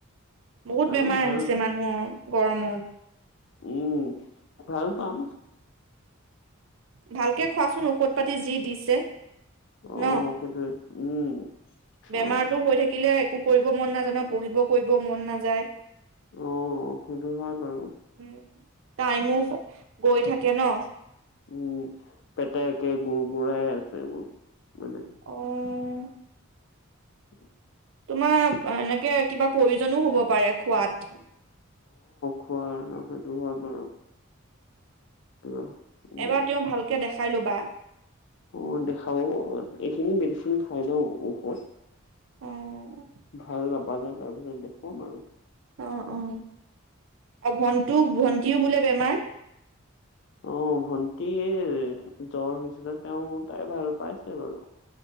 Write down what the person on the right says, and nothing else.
বহুত
বেমাৰ
আহিছে মানুহৰ গৰমত
ভালকে খোৱাচোন ঔষধ পাতি যি দিছে ন।
বেমাৰতো হৈ থাকিলে একো কৰিব মন নাজানো পঢ়িব কৰিব মন নাযায়।
উ টাইমো গৈ থাকে ন
উম।
তোমাৰ এনেকে কিবা প্ৰয়োজনো হ'ব পাৰে খোৱাত।
এবাৰ তেওঁ ভালকে দেখাই লোবা।
অ'
অ', অ', আৰু ভণ্টিও ভন্টিও বোলে বেমাৰ।